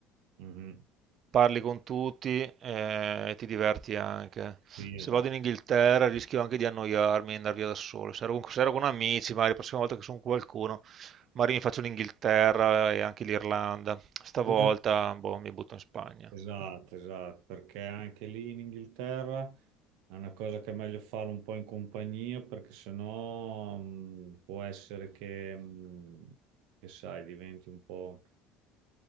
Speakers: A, on the right (about 75°); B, on the right (about 35°).
A: Mhm.
B: parli con tutti eh, e ti diverti anche.
A: Sì,
B: Se
A: esatto,
B: vado in Inghilterra rischio anche di annoiarmi e andare via da solo. Se ero, con, se ero con amici, magari la prossima volta che sono con qualcuno, magari mi faccio l'Inghilterra e anche l'Irlanda. Stavolta,
A: Eh,
B: boh, mi butto in Spagna.
A: esatto, esatto, perché anche lì in Inghilterra è una cosa che è meglio fare un po' in compagnia, perché sennò mh, può essere che, mh, che sai, diventi un po'...